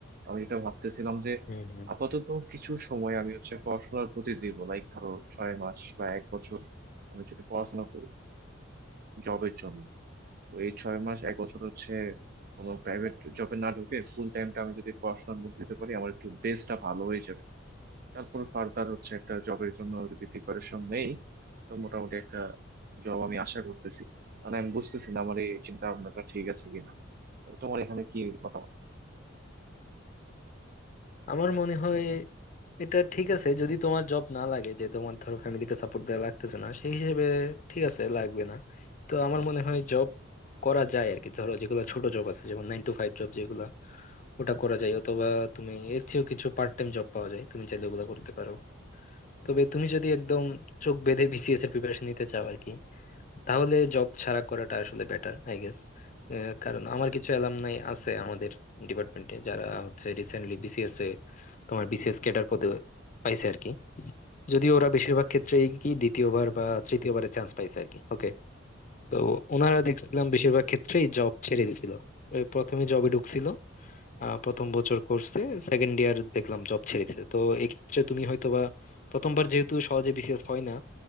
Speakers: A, on the right (about 50°); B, on the left (about 40°).
A: আমি যেটা ভাবতেছিলাম যে
B: হম হম
A: আপাতত কিছু সময় আমি হচ্ছে পড়াশোনার প্রতি দিব লাইক ধরো ছয় মাস বা এক বছর আমি যদি পড়াশোনা করি জবের জন্য তো এই ছয় মাস এক বছর হচ্ছে কোনো প্রাইভেট জবে না ঢুকে ফুল টাইমটা আমি যদি পড়াশোনার মধ্যে দিতে পারি আমার একটু বেসটা ভালো হয়ে যাবে তারপর ফার্দার হচ্ছে একটা জবের জন্য যদি প্রিপারেশন নেই তো মোটামুটি একটা জব আমি আশা করতেছি মানে আমি বুঝতেছি না আমার এই চিন্তা ভাবনাটা ঠিক আছে কিনা তো তোমার এখানে কি মতামত
B: আমার মনে হয় এটা ঠিক আছে যদি তোমার জব না লাগে যে তোমার ধরো ফ্যামিলিকে সাপোর্ট দেওয়া লাগতেছে না সেই হিসেবে ঠিক আছে লাগবে না তো আমার মনে হয় জব করা যায় আর কি ধরো যেগুলো ছোট জব আছে যেমন নাইন টু ফাইভ জব যেগুলো ওটা করা যায় অথবা তুমি এর চেয়েও কিছু পার্ট টাইম জব পাওয়া যায় তুমি চাইলে ওগুলো করতে পারো তবে তুমি যদি একদম চোখ বেঁধে বিসিএস এর প্রিপারেশন নিতে চাও আর কি তাহলে জব ছাড়া করাটা আসলে বেটার আই গেস কারণ আমার কিছু অ্যালামনাই আছে আমাদের ডিপার্টমেন্টে যারা হচ্ছে রিসেন্টলি বিসিএস এ তোমার বিসিএস ক্যাডার পদে পাইছে আর কি যদিও ওরা বেশিরভাগ ক্ষেত্রেই কি দ্বিতীয়বার বা তৃতীয়বারের চান্স পাইছে আর কি ওকে তো ওনারা দেখছিলাম বেশিরভাগ ক্ষেত্রেই জব ছেড়ে দিছিল ওই প্রথমে জবে ঢুকছিল আহ, প্রথম বছর কোর্সে সেকেন্ড ইয়ার দেখলাম জব ছেড়ে দিছে তো এক্ষেত্রে তুমি হয়তোবা প্রথমবার যেহেতু সহজে বিসিএস হয় না